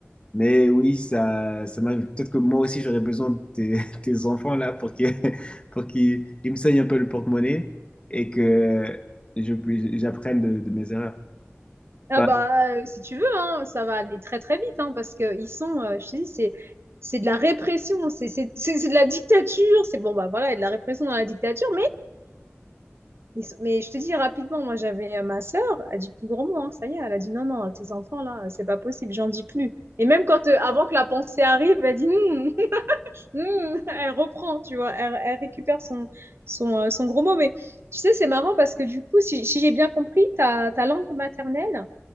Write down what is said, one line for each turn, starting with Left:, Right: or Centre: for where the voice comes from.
Left: Mais oui, ça, ça m'arrive. Peut-être que moi aussi, j'aurais besoin de tes, <laughs> tes enfants là pour qu'ils <laughs> pour qu'ils ils me saignent un peu le porte-monnaie et que je, j'apprenne de, de mes erreurs.
Right: Ah
Left: Bah,
Right: bah, euh, si tu veux, hein, ça va aller très très vite, hein, parce que ils sont, euh, je te dis, c'est c'est de la répression, c'est c'est- c'est- c'est de la dictature, c'est bon bah voilà, il y a de la répression dans la dictature, Ils sont- Mais je te dis rapidement, moi j'avais euh, ma sœur, elle dit plus gros mot, hein, ça y est, elle a dit non, non, tes enfants là, c'est pas possible, j'en dis plus. Et même quand, euh, avant que la pensée arrive, elle dit Hmm, <laughs> hmm elle reprend, tu vois, elle, elle récupère son, son, euh, son gros mot. Mais tu sais, c'est marrant parce que du coup, si, si j'ai bien compris, ta, ta langue maternelle,